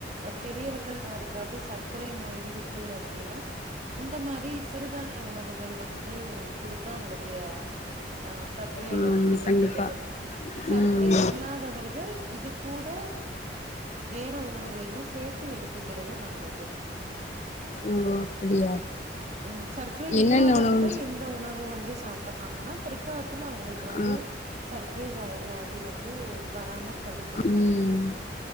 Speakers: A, on the right; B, on the left.
A: பெரியவர்கள் யாருக்காது சர்க்கரை நோய் இருக் கு அப்டினா இந்த மாறி சிறுதானிய உணவுகள் வந்து குடுத்தா அவங்களுடைய ஆ சக்கரை அளவு
B: ஆமா
A: வந்து கட்டுப்படு
B: கண்டிப்பா
A: சர்க்
B: ம்
A: க்ரை இல்லாதவர்கள் இது கூட வேற உணவுகளையு சேத்து எடுத்துக்கறது நல்லது
B: ஓ அப்படியா
A: ம் சர்க்கரை
B: என்னென்ன
A: இல்லாதவர்கள்
B: உணவு
A: இந் ந்த உணவு வந்து சாப்பட்றாங்கனா பிற்காலத்துல அவ்ங்களுக்கு வந்து
B: ஆ
A: சர்க்கரை வ வியா தி வந்து வராம தடுத்துக்லாம்
B: ம்